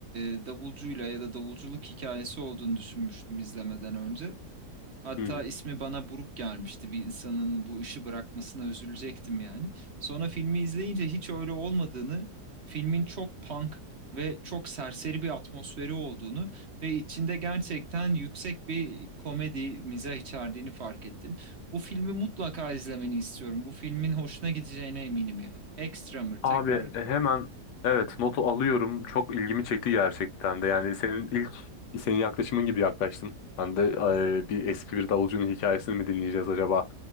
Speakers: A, on the right; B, on the left.
A: e, davulcuyla ya da davulculuk hikayesi olduğunu düşünmüştüm izlemeden önce. Hatta
B: Hı hı.
A: ismi bana buruk gelmişti. Bir insanın bu işi bırakmasına üzülecektim yani. Sonra filmi izleyince hiç öyle olmadığını, filmin çok punk ve çok serseri bir atmosferi olduğunu ve içinde gerçekten yüksek bir komedi, mizah içerdiğini fark ettim. Bu filmi mutlaka izlemeni istiyorum. Bu filmin hoşuna gideceğine eminim yani. Extremer tekrar
B: Abi e, hemen evet notu alıyorum. Çok ilgimi çekti gerçekten de. Yani senin ilk senin yaklaşımın gibi yaklaştım. Ben de e, bir eski bir davulcunun hikayesini mi dinleyeceğiz acaba